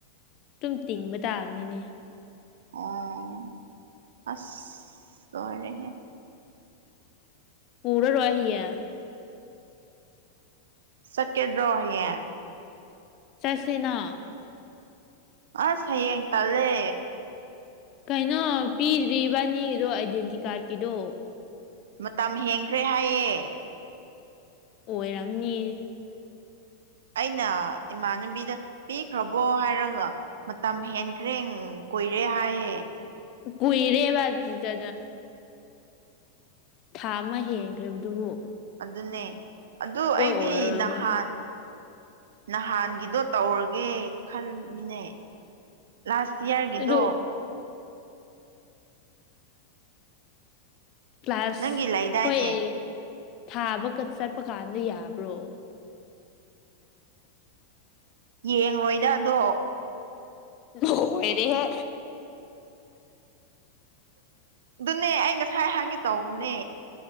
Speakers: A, on the left; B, on the right.
A: ꯑꯗꯨꯨꯝ ꯇꯤꯡꯕ ꯇꯥꯕꯅꯤꯅꯦ
B: ꯑꯣ ꯑꯁꯔꯦꯍꯦ
A: ꯄꯨꯔꯥꯔꯣꯏ ꯍꯤꯌꯥ
B: ꯆꯠꯀꯗꯔꯣ ꯍꯌꯦꯡ
A: ꯆꯠꯁꯤꯅꯥ
B: ꯑꯁ ꯍꯌꯦꯡ ꯇꯜꯂꯦ
A: ꯀꯩꯅꯣ ꯄꯤꯗ꯭ꯔꯤꯕꯥꯅꯤꯒꯤꯗꯣ ꯑꯥꯏꯗꯦꯟꯇꯤ ꯀꯥꯔꯠꯀꯤꯗꯣ
B: ꯃꯇꯝ ꯍꯦꯟꯈ꯭ꯔꯦ ꯍꯥꯏꯌꯦ
A: ꯑꯣꯏꯔꯝꯅꯤ
B: ꯑꯩꯅ ꯏꯃꯥꯟꯅꯕꯤꯗ ꯄꯤꯈ꯭ꯔꯕꯣ ꯍꯥꯏꯔꯒ ꯃꯇꯝ ꯍꯦꯟꯈ꯭ꯔꯦ ꯀꯨꯏꯔꯦ ꯍꯥꯏꯌꯦ
A: ꯀꯨꯏꯔꯦꯕꯗꯗ ꯊꯥ ꯑꯃ ꯍꯦꯟꯈ꯭ꯔꯦꯕ ꯑꯗꯨꯕꯨ
B: ꯑꯗꯨꯅꯦ ꯑꯗꯨ ꯑꯩꯗꯤ
A: ꯑꯣꯏꯔꯔꯣꯏ
B: ꯅꯍꯥꯟ
A: ꯑꯩꯈꯣꯏ
B: ꯅꯍꯥꯟꯒꯤꯗꯣ ꯇꯧꯔꯒꯦ ꯈꯟꯃꯤꯅꯦ ꯂꯥꯁ ꯏꯌꯥꯔꯒꯤꯗꯣ
A: ꯑꯗꯨ ꯀ꯭ꯂꯥꯁ
B: ꯅꯪꯒꯤ ꯂꯩꯗꯥꯏꯅꯦ
A: ꯈꯣꯏ ꯊꯥꯕ ꯆꯠꯄ ꯀꯥꯟꯗ ꯌꯥꯕ꯭ꯔꯣ
B: ꯌꯦꯡꯔꯣꯏꯗ ꯑꯗꯣ
A: ꯅꯣꯛ ꯂꯩꯔꯦ ꯍꯦ
B: ꯑꯗꯨꯅꯦ ꯑꯩ ꯉꯁꯥꯏ ꯍꯪꯒꯦ ꯇꯧꯝꯕꯅꯦ